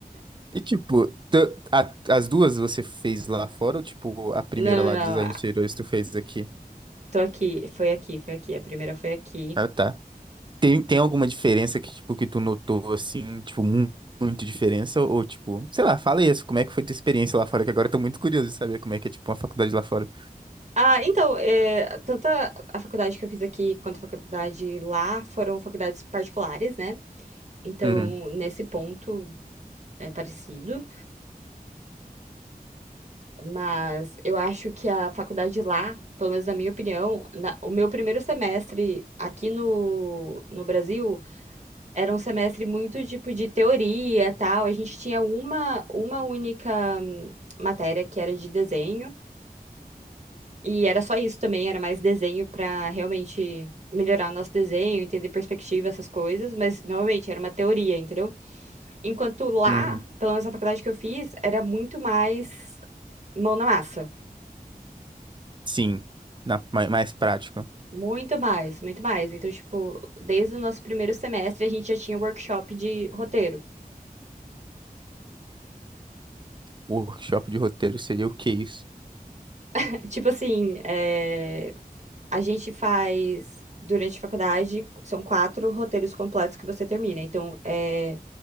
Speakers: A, on the right; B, on the right.
A: E, tipo, tu- a- as duas você fez lá fora ou, tipo, a primeira
B: Não,
A: lá
B: não,
A: de design
B: não.
A: de interiores tu fez aqui?
B: Tô aqui. Foi aqui, foi aqui. A primeira foi aqui.
A: Ah, tá. Tem, tem alguma diferença que, tipo, que tu notou, assim, tipo, mu- muito diferença? Ou, tipo, sei lá, fala isso, como é que foi tua experiência lá fora? Que agora eu tô muito curioso de saber como é que é, tipo, uma faculdade lá fora.
B: Ah, então, é, tanto a a faculdade que eu fiz aqui quanto a faculdade lá foram faculdades particulares, né? Então,
A: Uhum,
B: nesse ponto é parecido, mas eu acho que a faculdade lá, pelo menos na minha opinião, na- o meu primeiro semestre aqui no, no Brasil Era um semestre muito tipo de teoria, tal. A gente tinha uma, uma única hum, matéria que era de desenho, e era só isso também, era mais desenho para realmente melhorar nosso desenho, entender perspectiva, essas coisas, mas novamente era uma teoria, entendeu? Enquanto lá,
A: uhum.
B: pelo menos na faculdade que eu fiz, era muito mais mão na massa.
A: Sim, na, mais, mais prática.
B: Muito mais, muito mais. Então, tipo, desde o nosso primeiro semestre a gente já tinha workshop de roteiro.
A: Workshop de roteiro seria o que isso?
B: <laughs> Tipo assim, é, A gente faz, durante a faculdade, são quatro roteiros completos que você termina. Então, é